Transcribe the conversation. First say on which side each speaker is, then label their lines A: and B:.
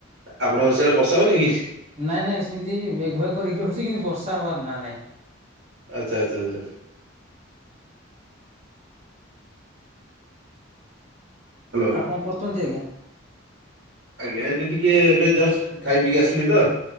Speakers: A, on the right (about 65°); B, on the right (about 35°).
A: ଆପଣଙ୍କର ସେିଆଡ ବର୍ଷା ହଉନି କି
B: ନାଇଁ ନାଇଁ ସେମିତି ମେଘୁଆ କରିକି ର ହେଛି କିନ୍ତୁ ବର୍ଷା ହବାର ନା ନାଇଁ।
A: ଆଚ୍ଛା ଆଚ୍ଛା ଆଚଛାଛ ହ୍ୟାଲୋ।
B: ଆଉ କଣ କରୁଛନ୍ତି ଆଜ୍ଞା।
A: ଆଜ୍ଞା ଏଠି ଟିକେ ଏବେ ଜଷ୍ଟ ଖାଇ ପିଇକି ଆସିଲି ତ।